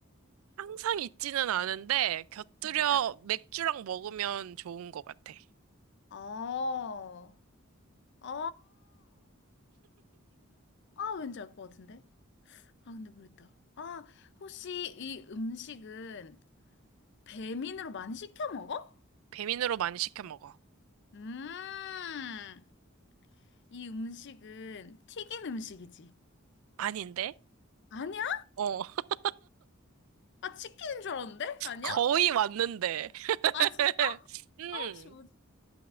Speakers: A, on the right (about 80°); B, on the left (about 55°).
A: 항상 있지는 않은데, 곁들여
B: 뭐 다-
A: 맥주랑 먹으면 좋은 것 같아.
B: 어, 어, 아, 왠지 알 것 같은데? 아, 근데 모르겠다. 아, 혹시 이 음식은 배민으로 많이 시켜 먹어?
A: 배민으로 많이 시켜 먹어.
B: 음, 이 음식은 튀긴 음식이지.
A: 아닌데?
B: 아니야?
A: 어, <laughs>
B: 아, 치킨인 줄 알았는데? 아니야?
A: 거의 왔는데. <laughs>
B: 아, 진짜?
A: 음,
B: 아, 혹시 뭐지?